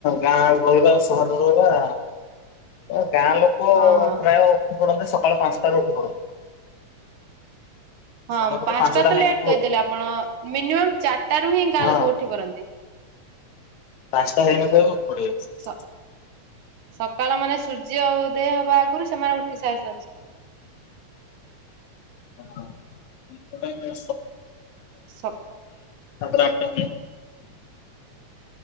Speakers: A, on the left; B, on the right.
A: ଗାଁ ର ରହିବା ସହର ରହିବା ଗାଁ ଲୋକ
B: ହଁ ହଁ
A: ପ୍ରାୟ ଉଠି ପଡନ୍ତି ସକାଳ ପାଞ୍ଚଟାରୁ ଉଠି ପଡନ୍ତି।
B: ହଁ
A: ସମୟ ବୋଧେ
B: ପାଞ୍ଚଟା ତ
A: ହେଇନଥିବ
B: ଲେଟ୍ କହିଦେଲେ
A: ଉଠି ପଡିବେ
B: ଆପଣ ମିନିମମ୍ ଚାରିଟାରୁ ହିଁ ଗାଁ
A: ହଁ
B: ଲୋକ ଉଠି ପାରନ୍ତି,।
A: ପାଞ୍ଚଟା ହେଇ ନଥିବ ବି ଉଠି ପଡିବେ।
B: ସ ସକାଳ ମାନେ ସୂର୍ଯ୍ୟ ଉଦୟ ହବା ଆଗରୁ ସେମାନେ ଉଠି ସାରିଛନ୍ତି।
A: ହଁ। ଆଟା
B: ସ
A: ସାତଟା ଆଠଟା ହୁଏ।